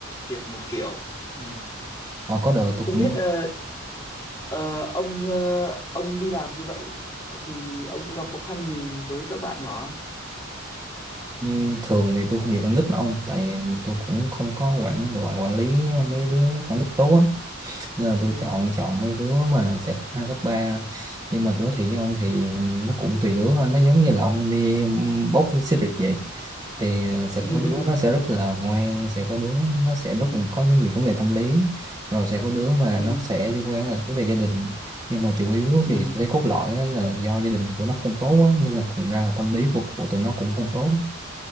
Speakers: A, on the left (about 15°); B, on the right (about 20°).
A: việc một kiểu ừ.
B: ờ, có đợt
A: không
B: tôi cũng
A: biết ờ, ờ, ông ờ, ông đi làm như vậy ờ, thì ông có gặp khó khăn gì với các bạn nhỏ không?
B: ừ, thường thì tôi không dùng con nít đâu ông tại tôi cũng không có quản quản quản lý mấy đứa con nít tốt á nên là tôi
A: Ừ.
B: chọn chọn mấy đứa mà sẽ cấp hai cấp ba nhưng mà tôi nói thiệt với ông thì nó cũng tùy đứa thôi nó giống như là ông đi ừm, bốc xích vậy thì ờ, sẽ
A: <laughs>
B: có đứa nó sẽ rất là ngoan sẽ có đứa nó sẽ rất
A: ừ
B: là có nhiều vấn đề tâm lý rồi sẽ có đứa mà
A: ừ
B: nó sẽ liên quan là vấn đề gia đình nhưng mà chủ yếu
A: ừ
B: thì tôi thấy cốt lõi á là do gia đình của nó không tốt á, nên là thành ra là tâm lý của, của tụi nó cũng không tốt